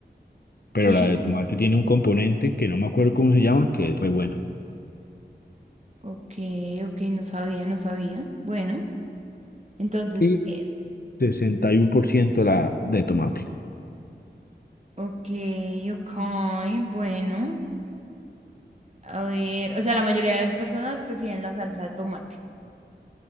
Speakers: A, on the left; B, on the right.
A: Pero
B: ¿Sí?
A: la de tomate tiene un componente que no me acuerdo cómo se llama, que es re bueno.
B: Ok, ok, no sabía, no sabía. Bueno, entonces
A: Y
B: es.
A: 61% la de tomate.
B: Ok, ok, bueno. A ver, o sea, la mayoría de personas prefieren la salsa de tomate.